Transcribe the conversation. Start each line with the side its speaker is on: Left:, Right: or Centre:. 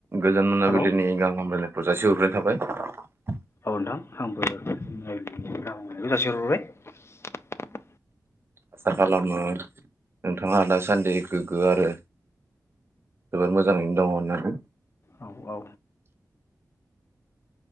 Right: गोजोन मोनाबिलिनि
Left: हेलौ
Right: गाहाम हामलाय ब जासि हरनाय थाबाय
Left: औ नोंथां आंबो गाहाम हामलायनाय जासिहरग्रोबाय
Right: आसा खालामो नोंथाङा दासान्दि गोग्गो आरो जोबोद मोजाङैनो दङ होननानै।
Left: औ औ